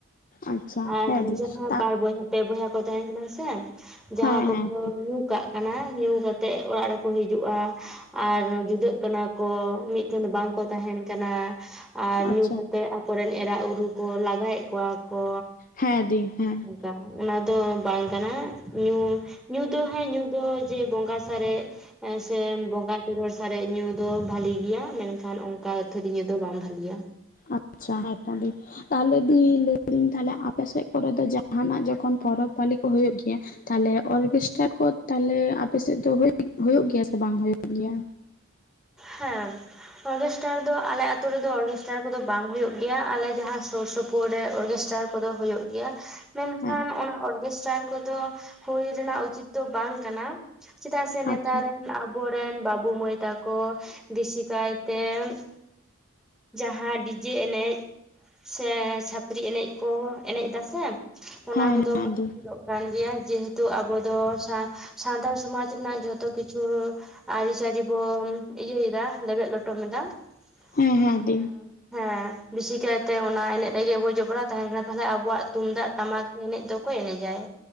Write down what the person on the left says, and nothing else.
ᱟᱪᱪᱷᱟ
ᱦᱮᱸ ᱫᱤ
ᱛᱟ
ᱦᱮᱸ
ᱦᱮᱸ ᱫᱤ
ᱟᱪᱪᱷᱟ
ᱦᱮᱸ ᱫᱤ ᱦᱮᱸ ᱾
ᱟᱪᱪᱷᱟ ᱦᱮᱸ <unintelligible> ᱛᱚ ᱫᱤ ᱾ ᱛᱟᱦᱟᱞᱮ ᱫᱤ ᱞᱟᱹᱭᱫᱟᱹᱧ ᱛᱟᱦᱟᱞᱮ ᱟᱯᱮᱥᱮᱫ ᱠᱚᱨᱮ ᱫᱚ ᱡᱟᱦᱟᱱᱟᱜ ᱡᱚᱠᱷᱚᱱ ᱯᱚᱨᱚᱵᱽ ᱯᱟᱹᱞᱤ ᱠᱚ ᱦᱩᱭᱩᱜ ᱜᱮᱭᱟ ᱛᱟᱦᱟᱞᱮ ᱚᱨᱜᱮᱥᱴᱟᱨ ᱠᱚ ᱛᱟᱦᱟᱞᱮ ᱟᱯᱮ ᱥᱮᱫ ᱫᱚ ᱦᱩᱭᱩᱜ ᱦᱩᱭᱩᱜ ᱜᱮᱭᱟ ᱥᱮ ᱵᱟᱝ ᱦᱩᱭᱩᱜ ᱜᱮᱭᱟ?
ᱦᱮᱸ
ᱟᱪᱪᱷᱟ
ᱦᱮᱸ
ᱦᱮᱸ
ᱫᱤ
ᱦᱮᱸ ᱦᱮᱸ
ᱫᱤ